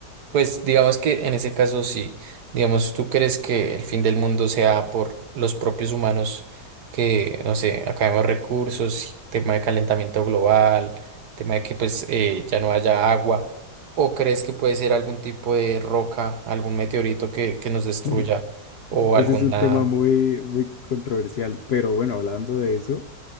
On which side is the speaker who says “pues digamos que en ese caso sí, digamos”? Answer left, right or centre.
Right